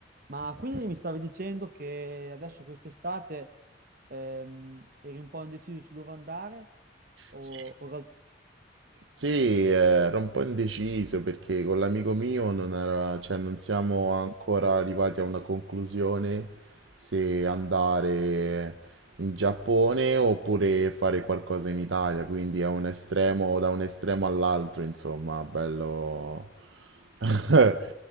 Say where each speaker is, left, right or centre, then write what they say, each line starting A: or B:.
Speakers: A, on the right; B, on the right.
A: Ma quindi mi stavi dicendo che adesso quest'estate ehm, eri un po' indeciso su dove andare? O,
B: Sì,
A: o ral-
B: sì, eh, ero un po' indeciso perché con l'amico mio non era- cioè, non siamo ancora arrivati a una conclusione se andare in Giappone oppure fare qualcosa in Italia, quindi è un estremo, da un estremo all'altro, insomma, bello. <laughs>